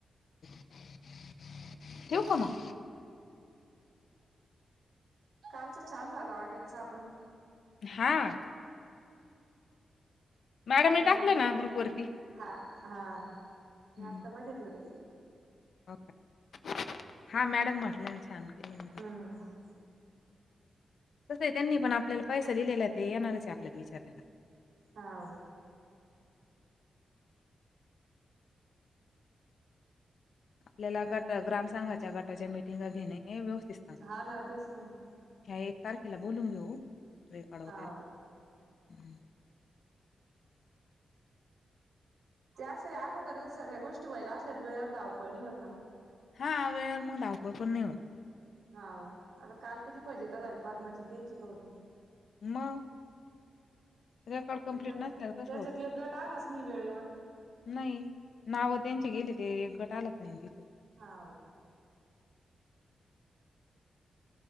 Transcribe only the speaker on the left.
<inaudible> ठेवू का मग?
हां. मॅडमने
टाकलं
ना ग्रुप वरती.
हम्म
हो कायं मॅडम म्हटलेने छांन केले
तसं त्यांनी पणं आपल्यांला पैसा दिलेला ते येणारं चं आहे आपल्याला विचारांयला
आपल्यांला गटं ग्रामसंघाच्या गटांच्या मटिंग घेणे हे व्यवस्थित
ह्यां एक तारखीला बोलूंन घेऊं रेकॉड
वगैरें
हां वेळेवरं मगं धावपळ पणं नाहीं होतं
मंग रेकॉर्ड कंप्लीट
नसल्यांवरं तसं
होतं
नाहीं नांव त्यांचे गेले ते गटं आलांच नाहीं तिथं